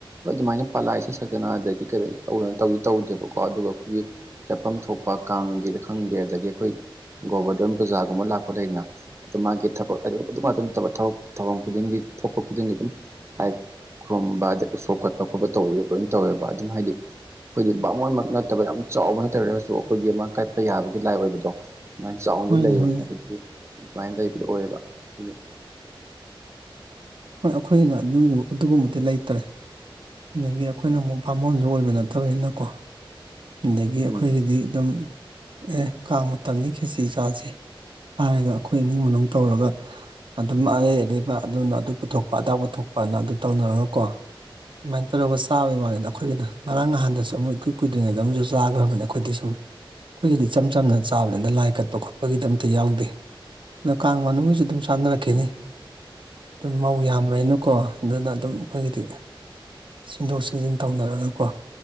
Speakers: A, on the right; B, on the right.
A: ꯑꯗꯨꯃꯥꯏꯅ ꯄꯂꯥ ꯏꯁꯩ ꯁꯛꯇꯅ ꯑꯗꯒꯤ ꯀꯔꯤ ꯇꯧꯗꯅ ꯇꯧꯗꯤ ꯇꯧꯗꯦꯕꯀꯣ ꯑꯗꯨꯒ ꯑꯩꯈꯣꯏꯒꯤ ꯀꯠꯐꯝ ꯊꯣꯛꯄ ꯀꯥꯡꯒꯤꯗ ꯈꯪꯗꯦ ꯑꯗꯒꯤ ꯑꯩꯈꯣꯏ ꯒꯣꯕꯔꯗꯣꯟꯚꯨꯖꯒꯨꯝꯕ ꯂꯥꯛꯄ ꯂꯩꯗꯅꯥ ꯑꯗꯨ ꯃꯥꯒꯤ ꯊꯕꯛ ꯍꯥꯏꯗꯤ ꯑꯗꯨ ꯉꯥꯛꯇ ꯅꯠꯇꯕ ꯊꯕꯛ ꯊꯧꯔꯝ ꯈꯨꯗꯤꯡꯒꯤ ꯊꯣꯛꯄ ꯈꯨꯗꯤꯡꯒꯤ ꯑꯗꯨꯝ ꯍꯥꯏ ꯈꯨꯔꯨꯝꯕꯥꯗꯤ ꯎꯁꯣꯞ ꯀꯠꯄ ꯈꯣꯠꯄ ꯇꯧꯕꯗꯨꯗ ꯂꯣꯏꯅ ꯇꯧꯋꯦꯕ ꯑꯗꯨꯝ ꯍꯥꯏꯗꯤ ꯑꯩꯈꯣꯏꯒꯤ ꯕꯥꯃꯣꯟꯃꯛ ꯅꯠꯇꯕ ꯌꯥꯝ ꯆꯥꯎꯕ ꯅꯠꯇꯔꯒꯁꯨ ꯑꯩꯈꯣꯏꯒꯤ ꯑꯃ ꯀꯠꯄ ꯌꯥꯕꯒꯤ ꯂꯥꯏ ꯑꯣꯏꯕꯗꯣ ꯑꯗꯨꯃꯥꯏꯅ ꯆꯥꯎꯅꯗꯤ
B: ꯍꯣꯏꯅꯦ
A: ꯂꯩꯌꯦ
B: ꯍꯣꯏꯅꯦ
A: ꯍꯥꯏꯕꯗꯤ ꯑꯗꯨꯃꯥꯏꯅ ꯂꯩꯕꯗꯣ ꯑꯣꯏꯌꯦꯕ ꯑꯗꯨꯒꯤ
B: ꯍꯣꯏ ꯑꯩꯈꯣꯏꯅ ꯑꯗꯨꯒꯨꯝ ꯑꯗꯨꯒꯨꯝꯕꯗꯤ ꯂꯩꯇ꯭ꯔꯦ ꯑꯗꯒꯤ ꯑꯩꯈꯣꯏꯅ ꯑꯃꯨꯛ ꯚꯥꯝꯃꯣꯟꯁꯨ ꯑꯣꯏꯕ ꯅꯠꯇꯕꯅꯤꯅꯀꯣ ꯑꯗꯒꯤ ꯑꯩꯈꯣꯏꯒꯤꯗꯤ
A: ꯎꯝ
B: ꯑꯗꯨꯝ ꯑꯦ ꯀꯥꯡ ꯃꯇꯝꯅꯤ ꯈꯦꯆꯤ ꯆꯥꯁꯦ ꯍꯥꯏꯔꯒ ꯑꯩꯈꯣꯏ ꯏꯃꯨꯡ ꯃꯅꯨꯡ ꯇꯧꯔꯒ ꯑꯗꯨꯝ ꯑꯔꯩ ꯑꯔꯩꯕ ꯑꯗꯨꯅ ꯑꯗꯨꯛ ꯄꯨꯊꯣꯛꯄ ꯑꯗꯥ ꯄꯨꯊꯣꯛꯄꯅ ꯑꯗꯨ ꯇꯧꯅꯔꯒ ꯀꯣ ꯑꯗꯨꯃꯥꯏꯅ ꯇꯧꯔꯒ ꯆꯥꯕꯩ ꯋꯥꯅꯤꯗ ꯑꯩꯈꯣꯏꯒꯤꯅ ꯉꯔꯥꯡ ꯅꯍꯥꯟꯗꯁꯨ ꯑꯃꯨꯛ ꯏꯀꯨꯏ ꯀꯨꯏꯗ꯭ꯔꯤꯉꯩꯗ ꯑꯃꯁꯨ ꯆꯥꯈ꯭ꯔꯕꯅꯤ ꯑꯩꯈꯣꯏꯗꯤ ꯁꯨꯝ ꯑꯩꯈꯣꯏꯒꯤꯗꯤ ꯏꯆꯝ ꯆꯝꯅ ꯆꯥꯕꯅꯤꯗ ꯂꯥꯏ ꯀꯠꯄ ꯈꯣꯠꯄꯒꯤꯗꯤ ꯑꯝꯇ ꯌꯥꯎꯗꯦ ꯑꯗꯣ ꯀꯥꯡ ꯃꯅꯨꯡꯒꯤꯁꯨ ꯑꯗꯨꯝ ꯆꯥꯟꯅꯔꯛꯈꯤꯅꯤ ꯑꯗꯨꯝ ꯃꯧ ꯌꯥꯝꯕꯅꯤꯅꯀꯣ ꯑꯗꯨꯅ ꯑꯗꯨꯝ ꯑꯩꯈꯣꯏꯒꯤꯗꯤ ꯁꯤꯟꯗꯣꯛ ꯁꯤꯖꯤꯟ ꯇꯧꯅꯔꯒꯀꯣ